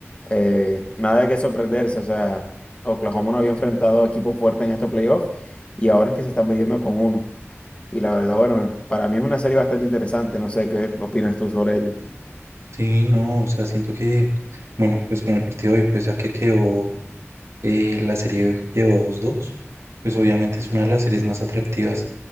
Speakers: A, on the left; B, on the right.
A: eh, nada de qué sorprenderse. O sea, Oklahoma no había enfrentado a equipo fuerte en estos playoffs y ahora es que se están midiendo con uno. Y la verdad, bueno, para mí es una serie bastante interesante. No sé qué opinas tú sobre ello.
B: Sí, no, o sea, siento que, bueno, pues con el partido de hoy, pues ya que quedó, eh, la serie quedó dos dos, pues obviamente es una de las series más atractivas.